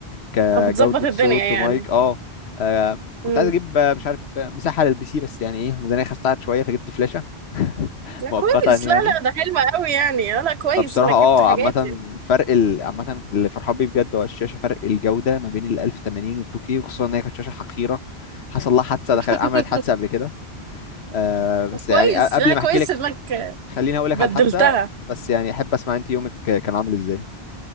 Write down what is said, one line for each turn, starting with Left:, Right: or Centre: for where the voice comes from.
Left: كجودة
Right: أه، بتظبط الدنيا
Left: صوت
Right: يعني
Left: ومايك اه آه، كنت
Right: امم
Left: عايز اجيب آه، مش عارف آه، مساحة للبي سي بس يعني ايه الميزانية خستعت شوية فجبت فلاشة <laughs>
Right: لا
Left: مؤقتا
Right: كويس
Left: يعني
Right: لا لا ده حلو قوي يعني آه، لا كويس
Left: فبصراحة
Right: انك
Left: اه
Right: جبت حاجات
Left: عامة
Right: يعني
Left: فرق ال... عامة اللي فرحان بيه بجد هو الشاشة فرق الجودة ما بين ال 1080 وال 2K وخصوصا ان هي كانت شاشة حقيرة حصل لها حادثة
Right: <laughs>
Left: دخلت عملت حادثة قبل كده آه بس
Right: كويس
Left: يعني أ- قبل
Right: لا
Left: ما
Right: كويس
Left: احكي لك
Right: انك
Left: خليني اقول لك
Right: بدلتها
Left: على الحادثه بس يعني احب اسمع انت يومك كان عامل ازاي